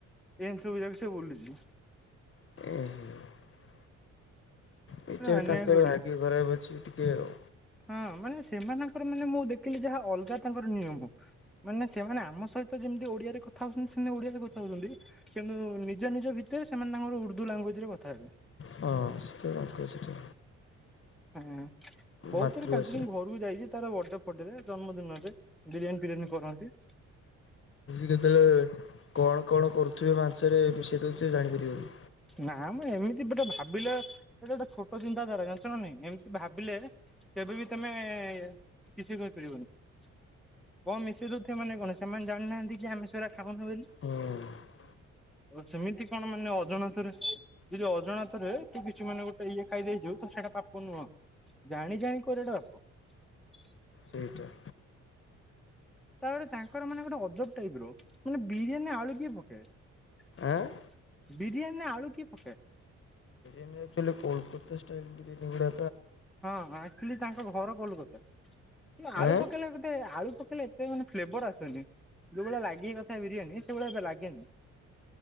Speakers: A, in the centre; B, on the left (about 45°).
A: ଏନ ସବବୁ ଯାଗଛ ବଲିଲୁଛି।
B: <unintelligible> ବିଚାରା
A: ଅନ୍ୟାୟ
B: ତାଙ୍କର
A: ଘଡିଆ
B: ଭାଗ୍ୟ ଖରାପ ଅଛି ଟିକେ ଆଉ।
A: ହଁ ମାନ ସେମାନଙ୍କର ମାନେ ମୁଁ ଦେଖିଲି ଯାହା ଅଲଗା ତାଙ୍କର ନିୟମ ମାନେ ସେମାନେ ଆମ ସହିତ ଯେମିତି ଓଡିଆରେ କଥା ହଉଛନ୍ତି ସେମତି ଓଡିଆରେ କଥା ହଉଛନ୍ତି କିନ୍ତୁ ନିଜ ନିଜ ଭିତରେ ସେମାନେ ତାଙ୍କର ଉର୍ଦୁ ଲାଙ୍ଗୁଏଜ ରେ କଥା ହେବେ।
B: ହଁ ସେ ତ ତାଙ୍କ ସେଟା
A: ହଁ ବହୁତ
B: ମାତୃଭାଷା
A: ଥର କାଜ ଘରକୁ ଯାଇଛି ତାର ବ ପଟେରେ ଜନ୍ମଦିନ ଯେ ବିରିୟାନୀ ଫରିୟାନୀ କରନ୍ତି।
B: କେତେବେଳେ କଣ କଣ କରୁଥିବେ ମାଂସରେ ମିଶାଇ ଦେଉଥିବ ଜାଣିପାରିବନି।
A: ନା ମୁଁ ଏମିତି ଗୋଟେ ଭାବିଲେଟେ ଗୋଟେ ଛୋଟ ଚିନ୍ତାଧାରା ଜାଣିୁଣ ନାହି ଏମିତି ଭାବିଲେ କେବେ ବି ତମେ କିଛି କହିପାରିବନି। କଣ ମିଶେଇ ଦଉଥଥିବା ମାନେ କଣ ସେମାନେ ଜାଣିନାହାନ୍ତି କି ଆମେ ସେଇରା ଖାଉନୁ ବୋ
B: ହୁଁ
A: ଆଉ ସେମିତି କଣ ମାନେ ଅଜାଣତରେ ଯଦି ଅଜାଣତରେ ଟିକେ ପଛୁ ମାନେ ଗୋଟେ ଇଏ ଖାଇଦେଇକି ତ ସେଟା ପାପ ନୁହଁ। ଜାଣି ଜାଣି କରିବା ଟା ପାପ।
B: ସେଇଟା।
A: ତାପରେ ତାଙ୍କର ମାନେ ଗୋଟେ ଅଜବ ଟାଇପ ର ମାନେ ବିରିୟାନୀ ରେ ଆଳୁ କିଏ ପକାଏ।
B: ଆଁ
A: ବିରିୟାନୀ ରେ ଆଳୁ କିଏ ପକାଏ।
B: ଆକଚୁଆଲି କଲକାତାଷ୍ଟାଇଲ ବିୟାନୀ ଗୁଡା
A: ହଁ ହଁ ଆଚୁଲି ତାଙ୍କ ଘର କୋଲକତା। କିନ୍ତୁ ଆଳୁ
B: ଆଉ
A: ପକେଇଲେ ଗୋଟେ ଆଳୁ ପକେଇଲେ ଏତେ ମାନେ ଫ୍ଲେଭର ଆସେନି। ଯେଉଭଳିଆ ଲାଗିଆ କଥା ବିରିୟାନୀ ସେଇଭଳିଆ ଏତେ ଲାଗେନି।